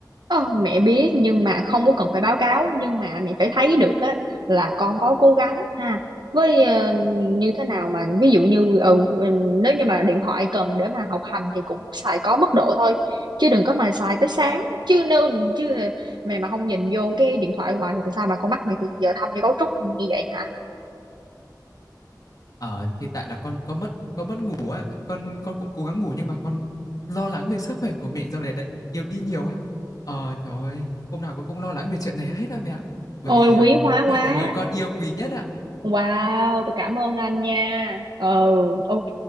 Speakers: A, on the right; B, on the left.
A: Ờ, mẹ biết nhưng mà không có cần phải báo cáo nhưng mà mẹ phải thấy được á là con có cố gắng ha với ờ, như thế nào mà ví dụ như ừ, ừ, nếu như mà điện thoại cần để mà học hành thì cũng xài có mức độ thôi chứ đừng có mà xài tới sáng chứ nếu chứ mày mà không nhìn vô cái điện thoại hoài thì sao mà con mắt mày thì giờ thâm như cấu trúc như vậy hả
B: Ờ thì tại là con con mất con mất ngủ á, con con cũng cố gắng ngủ nhưng mà con lo lắng về sức khỏe của mẹ dạo này lại yếu đi nhiều á. Ờ trời ơi, hôm nào con cũng lo lắng về chuyện này hết á mẹ ạ. Bởi
A: ôi
B: vì
A: quý
B: à,
A: hóa
B: mẹ
A: quá
B: là người con yêu quý nhất ạ.
A: Wow, tôi cảm ơn anh nha. Ừ, ok,